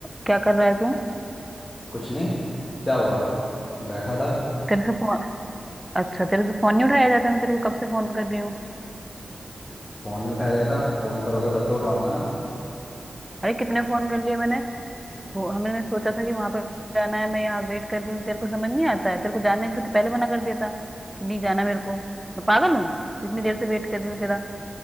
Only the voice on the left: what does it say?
कुछ नहीं क्या हुआ बैठा था
फोन नहीं उठाया जाता फोन करोगे तब तो उठाऊंगा ना